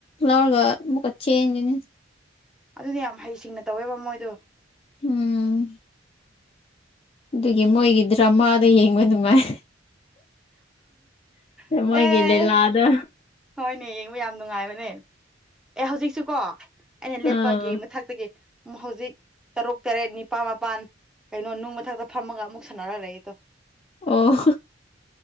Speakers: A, on the left; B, in the centre.
A: ꯂꯧꯔꯒ ꯑꯃꯨꯛꯀ ꯆꯦꯟꯗꯨꯅꯤ
B: ꯑꯗꯨꯅꯦ ꯌꯥꯝ ꯍꯩꯁꯤꯡꯅ ꯇꯧꯋꯦꯕ ꯃꯣꯏꯗꯣ
A: ꯎꯝ ꯑꯗꯨꯒꯤ ꯃꯣꯏꯒꯤ ꯗ꯭ꯔꯃꯥꯗꯣ ꯌꯦꯡꯕ ꯅꯨꯡꯉꯥꯏ
B: ꯑꯦ
A: ꯃꯣꯏꯒꯤ ꯂꯤꯂꯥꯗꯣ
B: ꯍꯣꯏꯅꯦ ꯌꯦꯡꯕ ꯌꯥꯝ ꯅꯨꯡꯉꯥꯏꯕꯅꯦ ꯑꯦ ꯍꯧꯖꯤꯛꯁꯨꯀꯣ ꯑꯩꯅ ꯂꯦꯞꯄꯒꯤ
A: ꯑꯥ
B: ꯃꯊꯛꯇꯒꯤ ꯍꯧꯖꯤꯛ ꯇꯔꯨꯛ ꯇꯔꯦꯠ ꯅꯤꯄꯥꯟ ꯃꯥꯄꯥꯟ ꯀꯩꯅꯣ ꯅꯨꯡ ꯃꯊꯛꯇ ꯐꯝꯃꯒ ꯑꯃꯨꯛ ꯁꯥꯟꯅꯔ ꯂꯩꯌꯦꯇꯣ
A: ꯑꯣ